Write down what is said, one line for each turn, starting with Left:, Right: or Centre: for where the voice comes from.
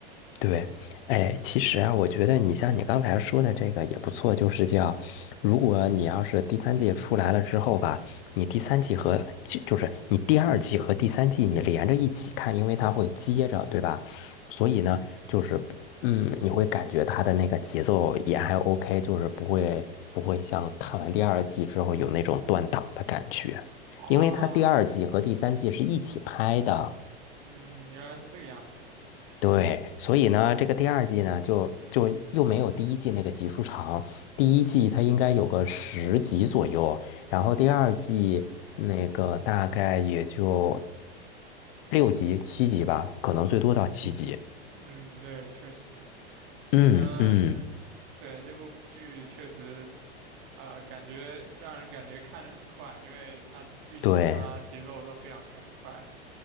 Left: 对，哎，其实啊，我觉得你像你刚才说的这个也不错，就是叫，如果你要是第三季出来了之后吧，你第三季和就就是你第二季和第三季你连着一起看，因为它会接着，对吧？所以呢，就是不嗯，你会感觉它的那个节奏也还 OK，就是不会不会像看完第二季之后有那种断档的感觉，
Right: 哦，
Left: 因为它第二季和第三季是一起拍的。
Right: 嗯，原来是这个样子。
Left: 对，所以呢，这个第二季呢，就就又没有第一季那个集数长。第一季它应该有个十集左右，然后第二季那个大概也就六集、七集吧，可能最多到七集。
Right: 嗯，对，确实。
Left: 嗯嗯，
Right: 可能对那部剧确实，啊、感觉让人感觉看的很快，因为它剧情啊节奏都非常非常快
Left: 对。